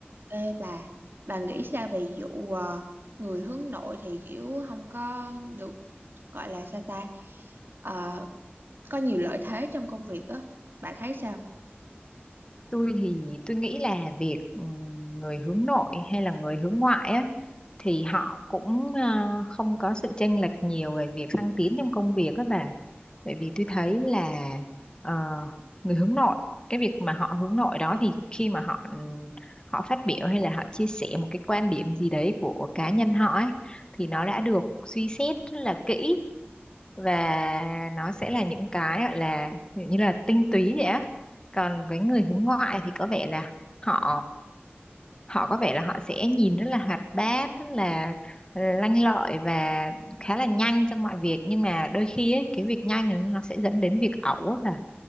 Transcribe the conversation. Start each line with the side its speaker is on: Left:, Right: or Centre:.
Right: Ê bà, bà nghĩ sao về vụ ờ, người hướng nội thì kiểu không có được gọi là sao ta Ờ, có nhiều lợi thế trong công việc á, bà thấy sao?
Left: tôi thì tôi nghĩ là việc ừm, người hướng nội hay là người hướng ngoại á thì họ cũng à, không có sự chênh lệch nhiều về việc thăng tiến trong công việc các bà bởi vì tôi thấy là ờ, người hướng nội cái việc mà họ hướng nội đó thì khi mà họ ừm, họ phát biểu hay là họ chia sẻ một cái quan điểm gì đấy của cá nhân họ ấy thì nó đã được suy xét rất là kỹ và nó sẽ là những cái gọi là ví dụ như là tinh túy vậy á còn với người hướng ngoại thì có vẻ là họ họ có vẻ là họ sẽ nhìn rất là hoạt bát rất là lanh lợi và khá là nhanh trong mọi việc nhưng mà đôi khi ấy, cái việc nhanh này nó sẽ dẫn đến việc ẩu á bà